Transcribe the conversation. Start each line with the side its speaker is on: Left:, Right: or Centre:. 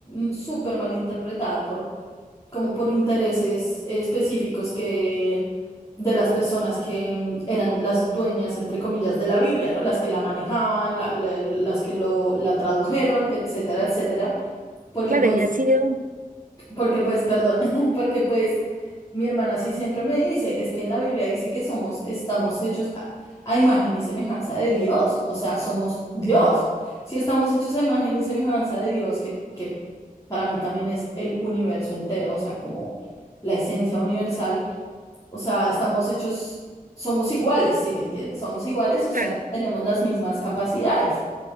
Left: mm, súper mal interpretada por como por intereses específicos que de las personas que mm, eran las dueñas, entre comillas, de la Biblia, ¿no? Las que la manejaban, la- la- las que lo, la tradujeron, etcétera, etcétera, porque
Right: claro,
Left: pues
Right: y ha sido.
Left: porque pues, perdón, <laughs> porque pues mi hermana sí siempre me dice, es que en la Biblia dice que somos, estamos hechos a, a imagen y semejanza de Dios, o sea, somos Dios. Si estamos hechos a imagen y semejanza de Dios, que, que para mí también es el universo entero, o sea, como la esencia universal, o sea, estamos hechos, somos iguales, ¿sí me entiendes? Somos iguales, o sea,
Right: Claro,
Left: tenemos las mismas capacidades.